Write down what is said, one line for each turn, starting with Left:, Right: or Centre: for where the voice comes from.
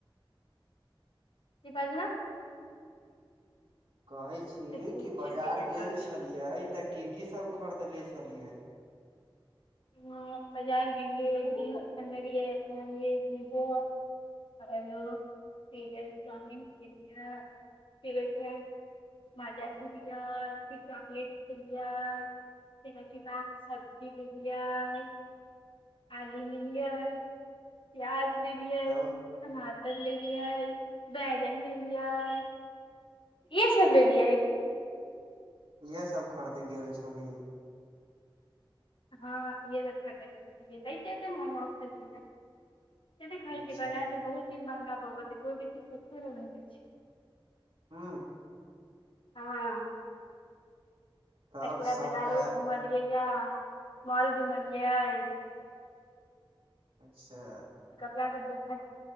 Left: की बाज ह
Right: कहै छी
Left: धूप
Right: कि बाजार
Left: छलैया
Right: गेल
Left: बाप रे
Right: छलियै तऽ की की सब खर् दने छलियै
Left: ह बाजार गेलियै जिंस अनलियै अपना लेल एगो आरो फेरो चाउमिन खेलियै फेर ओइके बाद माजा पुलियै फिर चॉकलेट खेलियै फेर ओइके बाद सब्जी मे पियाज आलू लेलियै प्याज लेलियै
Right: तब
Left: टमाटर लेलियै बैगन लेलियै इहे सब लेलियै
Right: इएह सब खरीदै गेल छली
Left: हँ इहे सब खरिद गेल छलियै तै त एते महंगा भी गेलन है नहि देखै
Right: अच्छा
Left: छियै बाजारमे बहुत चीज महंगा भऽ गेल छै कोइ भी चीज सस्ते नहिभेटै छै
Right: हू
Left: हँ
Right: तब
Left: हरपुरा
Right: सबटा
Left: बाजारो घुमलिय जा मारुद मनियइ
Right: अच्छा
Left: जा के देखिए